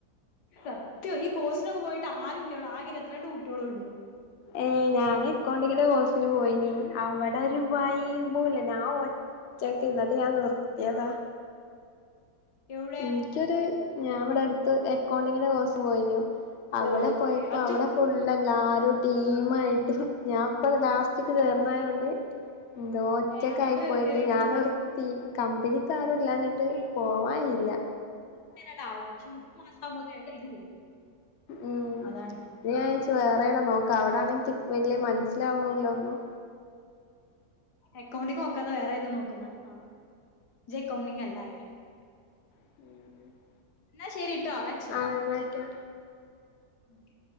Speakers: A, on the left (about 80°); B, on the left (about 55°).
A: സത്യവ ഈ കോഴസ്നൊക്കെ പോയിട്ട് ആരുല്ല്യട ആകെ ഇരുപത്തി രണ്ട് കുട്ട്യോളൊള്ളൂ
B: ഏഹ് ഞാന് അക്കൗണ്ടിങ്ങിന്റെ കോഴ്സിന് പോയിനി അവ്ടൊരു വൈബുല്ല ഞാൻ ഒ റ്റക്ക് ഇന്നട്ട് ഞാൻ നിർത്തിയതാ
A: എവിടെ
B: ഇൻക്കൊരു ഞാൻ ഇവടടുത്ത് എക്കൗണ്ടിങ്ങിന്റെ കോഴ്സ് പോയിനു അവടെ
A: പോയി
B: പോയപ്പോ
A: ഒറ്റ
B: അവടെ ഫുള്ള് എല്ലാരും ടീമായിട്ട് ഞാപ്പം ലാസ് റ്റക്ക് ചേർന്നായോണ്ട് എന്തോ ഒറ്റക്കായി
A: ഏ അതുകൊണ്ട് നിർത്തിയതേക്കൂലേ
B: പോയിട്ട് ഞാൻ നിർ തീ കമ്പനിക്കാറൂല്ലാഞ്ഞിട്ട് പോവാൻ കയ്യില്ല
A: അങ്ങനെടാവും പക്ഷെ മൂന്ന് മാസാവുമ്പോത്തേ അത് കയ്ഞ്ഞ് പോവും
B: ഉം
A: അതാണ്
B: പിന്നെ ഞാൻ വിച്ച് വേറെ എടെം നോക്ക അവിടാണെ ഇൻക് വല്യ മനസ്സിലാവണുല്ല ഒന്നും
A: അക്കൗണ്ടിങ് നോക്കാതെ വേറേത് നോക്കുന്ന അഹ് ഇജ് അക്കൗണ്ടിംഗ് അല്ലാ ലേ
B: <inaudible>
A: ഇന്നാ ശരിട്ടോ <inaudible>
B: ആഹ് ഇന്നാ അയ്ക്ക്യോട്ടെ
A: ഓക്കെ